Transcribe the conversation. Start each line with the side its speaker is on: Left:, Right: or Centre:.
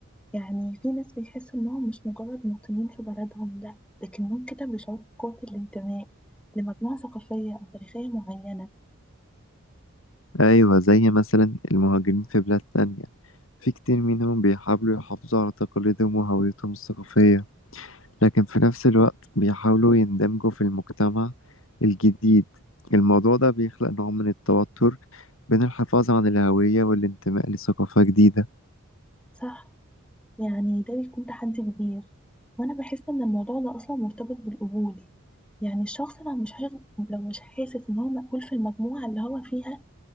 Centre: يعني في ناس بيحسوا انهم مش مجرد مواطنين في بلدهم لا لكنهم كده بيشعروا بقوة الانتماء لمجموعة ثقافية او تاريخية معينة
Left: أيوة زي مثلا المهاجرين في بلاد تانية في كتير منهم بيحاولوا يحافظوا على تقاليدهم وهويتهم الثقافية لكن في نفس الوقت بيحاولوا يندمجوا في المجتمع الجديد الموضوع ده بيخلق نوع من التوتر بين الحفاظ عن الهوية والانتماء لثقافة جديدة
Centre: صح يعني ده بيكون تحدي كبير وانا بحس ان الموضوع ده اصلا مرتبط بالقبول يعني الشخص لو مش حاسس لو مش حاسس ان هو مقبول في المجموعه اللي هو فيها